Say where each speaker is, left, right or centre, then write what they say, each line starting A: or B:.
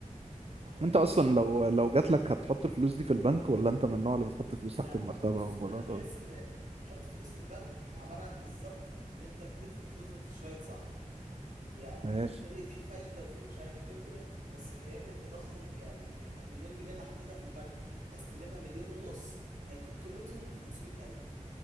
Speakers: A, on the right (about 70°); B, on the right (about 50°).
A: احلى
B: انت
A: بيت
B: اصلا لو لو جات لك هتحط الفلوس دي في البنك ولا انت من النوع اللي بتحط الفلوس
A: لا
B: تحت المرتبة
A: بص
B: والبلاطة
A: انا بحس ان احط فلوس في البنك عباره عن بالظبط ان انت بتدفن فلوسك في شويه صحراء يعني
B: ماشي
A: بتقول لي في فايده وفي مش عارف ايه وكده بس يا ابني التضخم يعني المليون جنيه اللي حطيتها في البنك هستلمها مليون ونص هيكون قيمتهم 500000